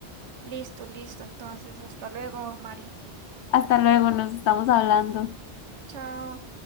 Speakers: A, on the right; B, on the left.
A: Listo, listo. Entonces, hasta luego, Mari.
B: Hasta luego, nos estamos hablando.
A: Chao.